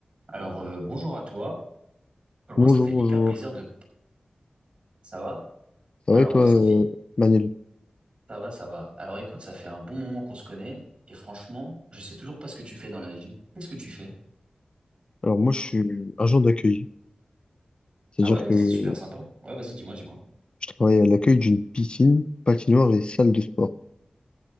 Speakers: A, on the right; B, on the left.
A: Alors, euh, bonjour à toi. Franchement,
B: Bonjour,
A: ça me fait
B: bonjour.
A: hyper plaisir de... Ça va?
B: Ça
A: Alors,
B: va et toi,
A: euh, ça
B: euh,
A: fait...
B: Manel?
A: Ça va, ça va. Alors, écoute, ça fait un bon moment qu'on se connaît et franchement, je sais toujours pas ce que tu fais dans la vie. Qu'est-ce que tu fais?
B: Alors moi, je suis agent d'accueil. C'est-à-dire
A: Ah ouais,
B: que
A: c'est super sympa. Ouais, vas-y, dis-moi, dis-moi.
B: je travaille à l'accueil d'une piscine, patinoire et salle de sport.